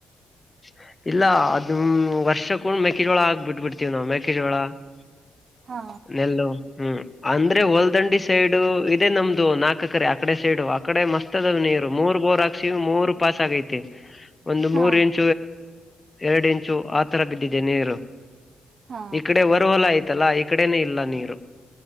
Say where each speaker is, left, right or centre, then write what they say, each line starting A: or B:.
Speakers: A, on the left; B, on the right.
A: <unintelligible> ಇಲ್ಲ ಅದ ವರ್ಷ ಕೂಂಡ ಮೆೇಕೆಜೋಳ ಆಾಕ್ಬ ಬಿಟ್ಬಿಡ್ತೇವಿ ನಾವವು ಮೆೇಕೆಜೋಳ <unintelligible>
B: ಹಾ
A: ನೆಲ್ಲು ಹ್ಮ್ ಅಂದ್ರೆ ಹೊಲ್ದಂಡಿ ಸೈಡು ಇದೆ ನಮ್ದು ನಾಕ್ ಹಾಕಕರೆ ಆಕಡೆ ಸೈಡು ಆಕಡೆ ಮಸ್ತ್ ಅದ್ ನೀರು ಮೂರ್ ಬೋರ್ ಹಾಕ್ಸಿವ್ ಮೂರ್ ಪಾಸ್ ಆಗೈತಿ ಒಂದು
B: ಹಾ
A: ಮೂರ್ ಇಂಚ್ ಎರಡ್ ಇಂಚು ಆತರ ಬಿದ್ದಿದೆ ನೀರು
B: ಹಾ
A: ಈ ಕಡೆ ವರುವಲ್ಲ ಐತಲ್ಲಾ ಈಕಡೆನೆ ಇಲ್ಲ ನೀರು